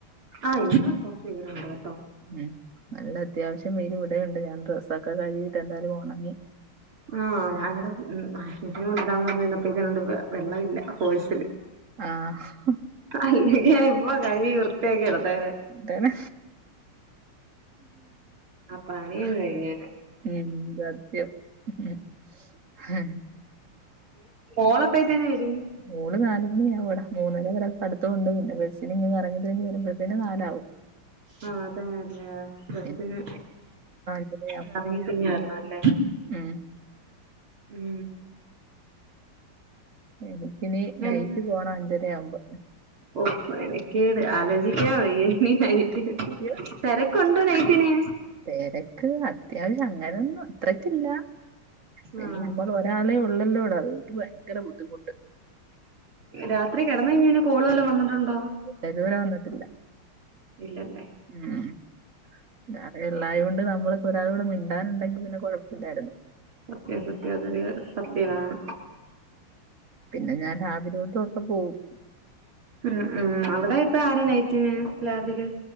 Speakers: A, on the right; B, on the right.
A: ആഹ് ഇന്ന് കൊറച്ച് വെയിലുണ്ട് കേട്ടോ
B: ഉം നല്ല അത്യാവശ്യം വെയിൽ ഇവിടെയുണ്ട് ഞാൻ ഡ്രസ്സൊക്കെ കഴുകിയിട്ട് എന്താലും ഉണങ്ങി
A: ആഹ് ഞാനിവിടെ മഴ <unintelligible> വെള്ളമില്ല ഫോഴ്സില്
B: ആഹ്
A: അല്ലങ്കി ഞാനിപ്പ കഴികി വൃത്തിയാക്കിയെടുത്തേനെ
B: താണ്
A: ആഹ് പണിയങ്ങ് കഴിഞ്ഞേനെ
B: ഉം സത്യം ഉം
A: മോളെഅപ്പേതിന് വരിം
B: മോള് നാല് മണിയാവും ഇവടെ മൂന്നരെവരെ പടുത്തൊഒണ്ട് പിന്നെ ബസ്സിന് ഇങ്ങ് കറങ്ങിതിരിഞ്ഞ് വരുമ്പഴത്തേനും നാലാവും
A: ആഹ് അതാല്ലേ ബസ്സിന്
B: എനിക്ക് അഞ്ചരയാവുമ്പോ
A: കറങ്ങിതിരിഞ്ഞ് വരണാേല്ലേ
B: ഉം
A: ഉം
B: എനിക്കിനി
A: പിന്നെന്താ
B: നൈറ്റ് പോണം അഞ്ചരയാവുമ്പോ
A: ഓ മെനക്കേട് ആലോചിക്കാൻ വയ്യ ഈ നൈറ്റ്ട്യൂട്ടി
B: യ്യോ
A: തെരക് കൊണ്ട് നൈറ്റിന്
B: തെരക്ക് അത്യാവശ്യം അങ്ങനൊന്നും അത്രക്കില്ല പിന്നെ
A: ആഹ്
B: നമ്മൾ ഒരാളെ ഒള്ളല്ലോടാ അതാേണ്ട് ഭയങ്കര ബുദ്ധിമുട്ട്
A: രാത്രി കെടന്നഴിഞ്ഞാ ഇന്നെ കോള് വല്ലോം വന്ന്ട്ടുണ്ടോ
B: ഇല്ല ഇതുവരെ വന്നിട്ടില്ല
A: ഇല്ലല്ലേ
B: ഉം <unintelligible> ഇള്ളായോണ്ട് നമ്മൾക്ക് ഒരാളോട് മിണ്ടാനുണ്ടെങ്കി പിന്നെ കൊഴപ്പില്ലാര്ന്നു
A: സത്യം സത്യം അതൊരു സത്യാണ്
B: പിന്നെ ഞാൻ ലാബിലോട്ടുവൊക്കെ പോവും
A: ഉം ഉം അവിടെ ഇപ്പ ആരാ നൈറ്റിന് ലാബില്